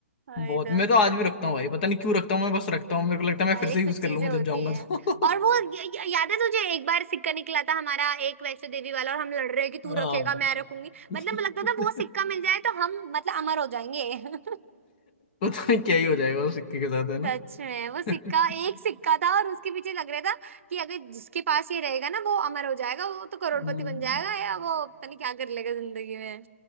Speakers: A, on the right; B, on the left.
A: अरे
B: बहुत
A: तो
B: मैं तो आज भी रखता हूँ भाई पता नहीं क्यों रखता हूँ मैं बस रखता हूँ मेरे को लगता है मैं
A: अरे
B: फिर से यूज
A: कुछ
B: कर
A: चीजें
B: लूंगा
A: होती
B: जब जाऊंगा
A: हैं
B: तो
A: और
B: <laughs>
A: वो य, य, याद है तुझे एक बार सिक्का निकला था हमारा एक वैष्णो देवी वाला और हम लड़ रहे हैं कि तू
B: हाँ
A: रखेगा मैं रखूंगी
B: <laughs>
A: मतलब लगता था वो सिक्का मिल जाए तो हम मतलब अमर हो जाएंगे <laughs>
B: पता नहीं क्या ही हो जाएगा उस सिक्के के साथ है ना
A: सच में वो सिक्का
B: <laughs>
A: एक सिक्का था और उसके पीछे लग रहा था कि अगर जिसके पास ये रहेगा ना वो अमर हो जाएगा वो तो करोड़पति
B: हम्म।
A: बन जाएगा या वो पता नहीं क्या कर लेगा जिंदगी में